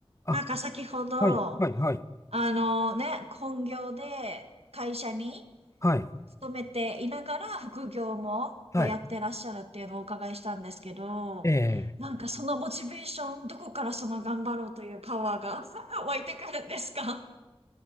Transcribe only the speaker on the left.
あ、
はい、はい、はい、
はい、
はい。ええ、